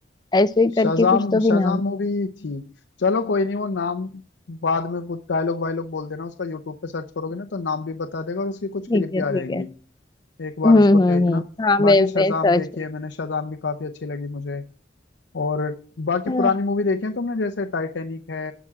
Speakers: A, on the left (about 25°); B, on the left (about 80°).
A: ऐसे ही
B: शाजाम
A: करके कुछ तो
B: शाजाम
A: भी नाम
B: मूवी थी चलो कोई नहीं वो नाम बाद में वो डायलॉग वायलॉग बोल देना उसका यूट्यूब पे सर्च करोगे ना तो नाम भी बता देगा और उसकी कुछ क्लिप
A: ठीक है
B: भी आ
A: ठीक
B: जाएंगी
A: है
B: एक बार
A: हम्म
B: उसको
A: हम्म
B: देखना
A: हम्म हाँ
B: बाकी
A: मैं
B: शाजाम
A: मैं सर्च
B: देखी
A: कर
B: है मैंने शाजाम भी काफी अच्छी लगी मुझे और बाकी
A: हाँ
B: पुरानी मूवी देखी है तुमने जैसे टाइटैनिक है